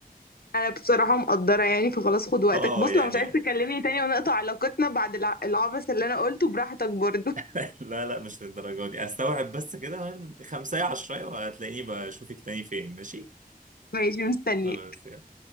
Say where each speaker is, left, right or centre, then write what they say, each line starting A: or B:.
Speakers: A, on the left; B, on the right.
A: انا بصراحة مقدرة يعني فخلاص خد وقتك
B: اه
A: بص
B: يعني
A: لو مش عايز تكلمني تاني ونقطع علاقتنا بعد الع- العبث اللي انا قلته براحتك برضو <laughs>
B: <laughs> لا لا مش للدرجة دي استوعب بس كده خمسة عشرة وهتلاقيني بشوفك تاني فين ماشي
A: ماشي مستنية
B: خلاص